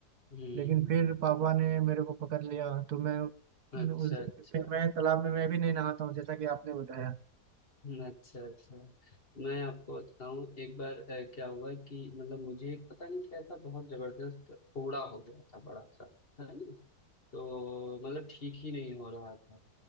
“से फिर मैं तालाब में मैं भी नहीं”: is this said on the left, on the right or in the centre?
Right